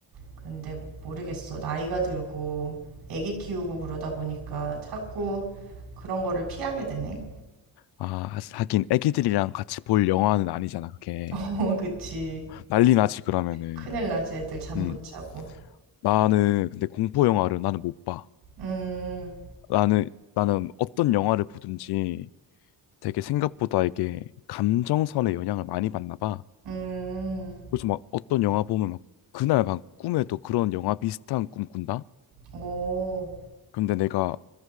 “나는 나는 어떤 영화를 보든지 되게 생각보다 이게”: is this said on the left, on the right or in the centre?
Left